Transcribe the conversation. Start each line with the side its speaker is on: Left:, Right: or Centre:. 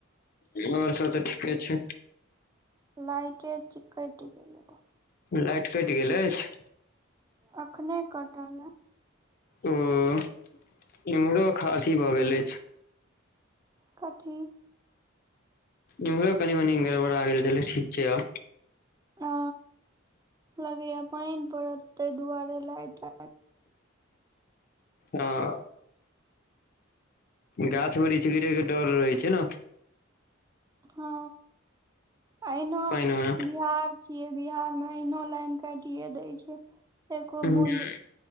Left: आओर सब तऽ ठीके छै
Right: लाइटे जे कटि गेल रहे
Left: लाइट कटि गेल अछि
Right: अखने कटऽ ले
Left: उं इम्हरो खांसी भऽ गेल अछि
Right: कथी
Left: इम्हरो कनि मनी गरबड़ा गेल छेलै ठीक छै आब
Right: आ लगैया पनि पड़त तै दुआरे लाइट
Left: अऽ गाछ बिरिछ गिरैके डर रहै छै न
Right: हँ अहिनो
Left: पानि मे
Right: बिहार छियै बिहार मे एहनो लाइन काटिये दै छै एको
Left: हूँ
Right: बूंद